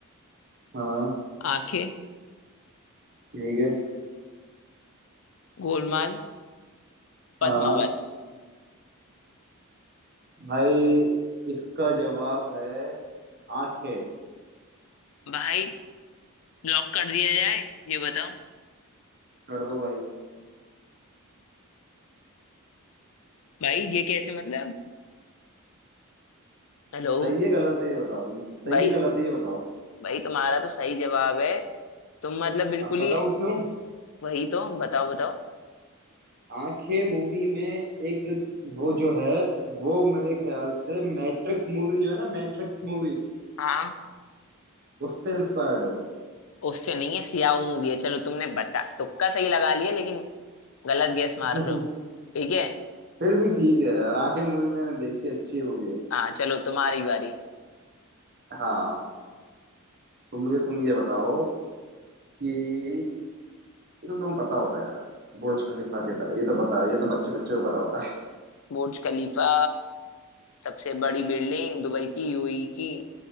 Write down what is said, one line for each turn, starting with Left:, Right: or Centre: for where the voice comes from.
Right: हाँ
Left: आंखें
Right: ठीक है
Left: गोलमाल पद्मावत
Right: हाँ भाई इसका जवाब है आंखें
Left: भाई ब्लॉक कर दिया जाए ये बताओ
Right: कर दो भाई
Left: भाई ये कैसे मतलब हेलो
Right: सही है गलत है ये बताओ सही
Left: भाई
Right: है गलत है ये बताओ
Left: भाई तुम्हारा तो सही जवाब है तुम मतलब बिल्कुल
Right: अब बताऊं
Left: ही
Right: क्यों
Left: वही तो बताओ बताओ
Right: आंखें मूवी में एक वो जो है वो मेरे ख्याल से मैट्रिक्स मूवी जो है ना मैट्रिक्स मूवी
Left: हाँ
Right: उससे इंस्पायर्ड है वो
Left: उससे नहीं है सियाह मूवी है चलो तुमने बता तुक्का सही लगा लिया लेकिन गलत गैस मार
Right: <laughs>
Left: रहे हो ठीक है
Right: फिर भी ठीक है यार आंखें मूवी मैंने देखी अच्छी मूवी है
Left: हाँ चलो तुम्हारी बारी
Right: हाँ तो मुझे तुम ये बताओ कि ये तो तुम्हें पता होगा यार बुर्ज खलीफा के तरह ये तो पता ये तो बच्चे बच्चे को पता होता है
Left: बुर्ज खलीफा सबसे बड़ी बिल्डिंग दुबई की यूएई की